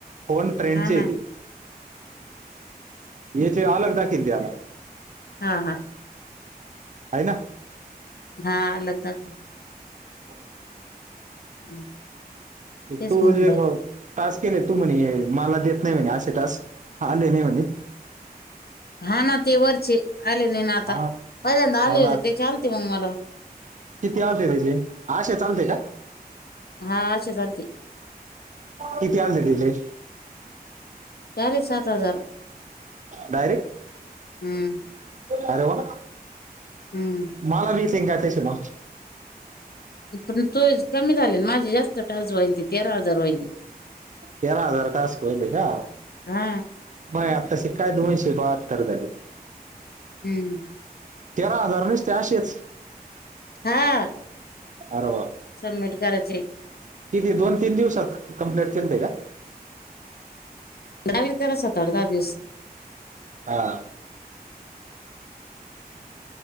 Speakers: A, on the right; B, on the left.
A: फोन फ्रेंडचे
B: हा ना
A: येते. योतोय अलग दाकीद द्यायला.
B: हा हा.
A: हाय ना.
B: हा आलं तर.
A: <unintelligible>
B: <inaudible>
A: <unintelligible>
B: तेच म्हणलं
A: टास्क केले तू म्हणे मला देत नाही म्हणे असे टास्क आले नाही म्हणे.
B: हा ना ते वरची आलेली ना आता
A: हा
B: पहिल्यांदा
A: हो
B: आले
A: ना
B: होते ते आलते मग मला.
A: किती आलते त्याचे आशय चालते का?
B: हा शिजाराती.
A: किती आलते तिचे.
B: चालेल सात हजार
A: डायरेक्ट.
B: हम्म.
A: अरे वा!
B: हम्म.
A: मला बी सांगायच मग.
B: पण तो कमी झाले माझी जास्त टास व्हाल ति तेरा हजार व्हायले.
A: तेरा हजार टास्क होयले का?
B: हा
A: माझे आत्ता शे काय दोनशे बहात्तर झाले.
B: हम्म!
A: तेरा हजार नुसते आशेच.
B: हा.
A: अरे वा!
B: सबमिट करायचे.
A: किती दोन तीन दिवसात कंप्लेट केलते का?
B: मग लागलीत तेला सात आठ दिवस.
A: हा.